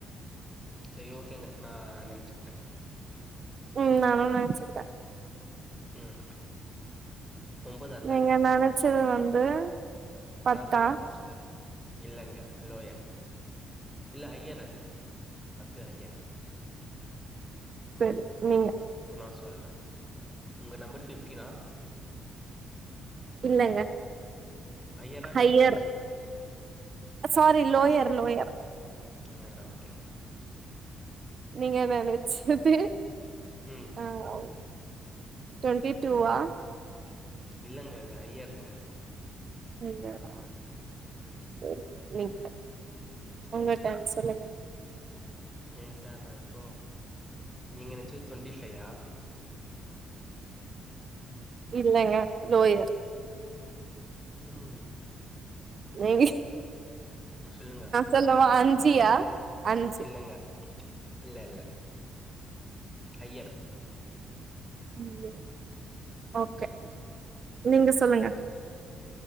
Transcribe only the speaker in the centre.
செரி ஓகேங்க நா நெனச்சுக்கிட்டே
ம் ஒம்பதா
நா சொல்ட்டா ஃபஸ்ட்டு இல்லங்க லோயர் இல்ல ஹைய்யர் அது பத்து ஹய்யர்
இப்ப நா சொல்றே உங்க நம்பர் ஃபிஃப்டீனா
ஹையரா
லோயரா அது சொல்லுங்க
வேற ஓகேங்க
ம்
இல்லங்க அது ஹய்யர்ங்க
ம்
ஏ டர்னா இப்போ நீங்க நெனச்சது டொண்ட்டி ஃபையா
உம்
சொல்லுங்க
இல்லங்க இல்ல இல்ல ஹையர்